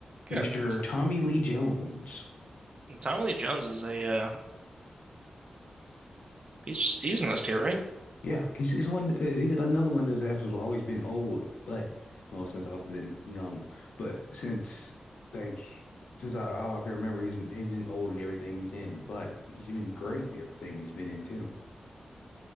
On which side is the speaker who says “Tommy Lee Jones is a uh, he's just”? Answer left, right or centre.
Right